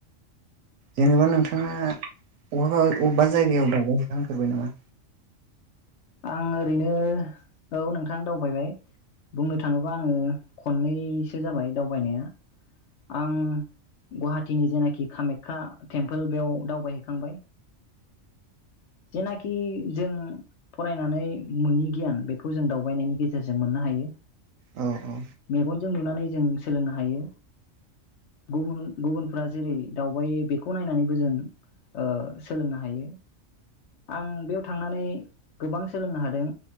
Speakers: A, on the right; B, on the left.
A: जेनेबा नोंथाङा अबावबा अबा जायगायाव दावग हैैखांफेरबाय नामा
B: आं ओरैनो औ नोंथां दावबायबाय बुंनो थाङोबा आङो खननैसो जाबाय दावबायनाया आं गुवाहाटिीनि जेनायखि कामाख्या टेम्पोल बेयाव दावबाय खांबाय जेनायखि जों फरायनानै मोनि गियान बेखौ जों दावबायनायनि गेजेरजों मोननो हायो
A: औ औ
B: मेगनजों नुनानै जों सोलोंनो हायो गुबुन गुबुनफोरा जेरै दावबाय बेखौ नायनानैबो जों ओ सोलोंनो हायो आं बेयाव थांनानै गोबां सोलोंनो हादों